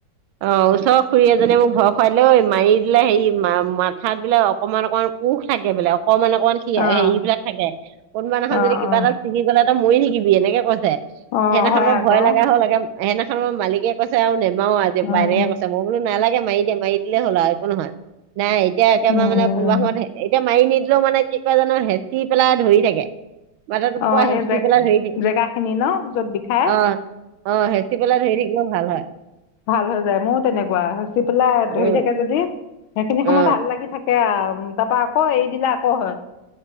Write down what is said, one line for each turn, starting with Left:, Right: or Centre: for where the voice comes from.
Right: অ, ওচৰৰ খুৰী এজীয়ে মোক ভয় খুৱাই দিলে ঐ মাৰি দিলে, হেৰি মা মাথাত বোলে অকমান, অকমান, পোক থাকে বোলে, অকণমান -অকমান কি এ
Left: অ'।
Right: হেৰিবিলাক থাকে, কোনোবা দিনাখন
Left: অ',
Right: যদি কিবা
Left: অ',
Right: এটা ছিঙি গ'লে তই মই থাকিবি এনেকে কৈছে, সেইদিনাখন
Left: অ', হয়
Right: মই
Left: আকৌ
Right: ভয় লগা হ'ল সেইদিনাখন মই মালিকে কৈছে আৰু নেমাৰু আজিৰে পা
Left: অ',
Right: এনেকে কৈছে মই বোলো নালাগে মাৰি দে, মাৰি দিলে হ'ল আৰু একো নহয়। নাই এতিয়া একেবাৰে
Left: উম।
Right: মানে কোনোবা সময়ত এতিয়া মাৰি নিদিলেও মানে কি কৰে জানো হেঁচি পেলাই ধৰি থাকে। মাথাটো
Left: অ',
Right: পুৰা
Left: সেই
Right: হেঁচি
Left: জে
Right: পেলাই ধৰি থাকে।
Left: জেগা খিনি ন য'ত বিষাই
Right: অহ অ, হেচি পেলাই ধৰি থাকিলেও ভাল হয়।
Left: ভাল হৈ যায়, ময়ো তেনেকুৱা হেচি পেলাই
Right: উম
Left: ধৰি থাকে যদি, সেইখিনি সময়
Right: অ
Left: ভাল লাগি থাকে। সেয়া আৰু তাৰপা আকৌ এৰি দিলে আকৌ হয়।